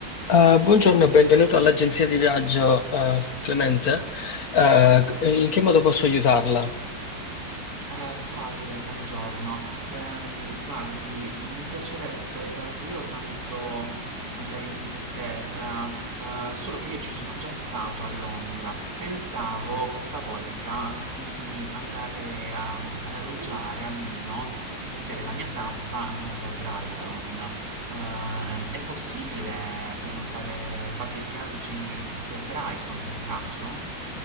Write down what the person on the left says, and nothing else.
Eh, buongiorno e benvenuto all'agenzia di viaggio, eh, Clemente. Eh, in che modo posso aiutarla?